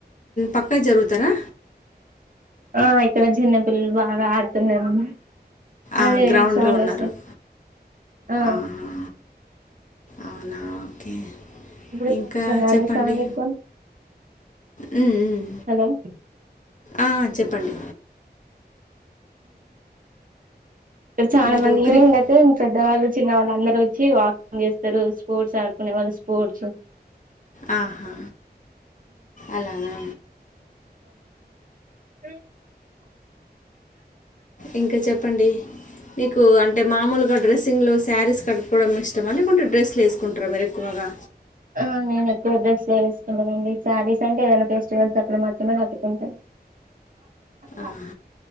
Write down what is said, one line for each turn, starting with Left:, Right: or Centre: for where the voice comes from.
Left: పక్కా జరుగుతారా
Right: ఆ ఇక్కడ చిన్నపిల్లలు బాగా ఆడుతున్నారుడి
Left: ఆ
Right: అదే
Left: గ్రౌండ్లో
Right: సౌండ్
Left: ఉన్నారు
Right: వస్తుంది ఆ
Left: ఆహా! అవునా! ఓకే.
Right: ఇప్పుడు వినిపిస్తుందండి
Left: ఇంకా చెప్పండి.
Right: మీకు
Left: హ్మ్. హ్మ్.
Right: హలో
Left: ఆ! చెప్పండి
Right: ఇక్కడ చాలా
Left: మీరు
Right: మంది
Left: క్రిక్
Right: ఈయవినింగ్ అయితే పెద్దవాళ్ళు చిన్న వాళ్ళు అందరు వచ్చి వాకింగ్ చేస్తారు స్పోర్ట్స్ ఆడుకునే వాళ్ళు స్పోర్ట్స్
Left: ఆహా అలానా
Right: రూ
Left: ఇంకా చెప్పండి నీకు అంటే మామూలు ఇంకా డ్రెస్సింగ్లో శారీస్ కట్టుకోవడం ఇష్టం లేకుంటే డ్రెస్లు వేసుకుంటారా మీరు ఎక్కువగా
Right: ఆ నేను ఎక్కువ డ్రెస్లు వేసుకుంటానుండి శారీస్ అంటే ఏదైనా ఫెస్టివల్స్ అప్పుడు మాత్రమే కట్టుకుంటాను బ
Left: ఆహా!